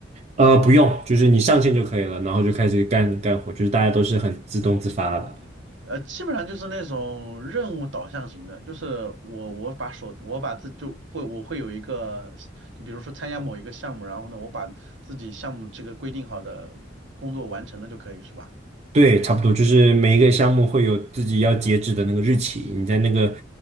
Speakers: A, on the right; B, on the right.
A: 呃，不用，就是你上线就可以了，然后就开始干干活，就是大家都是很自动自发的。
B: 呃，基本上就是那种任务导向型的，就是我我把手我把自就会我会有一个，就比如说参加某一个项目，然后呢，我把自己项目这个规定好的工作完成了就可以，是吧？
A: 对，差不多，就是每一个项目会有自己要截止的那个日期，你在那个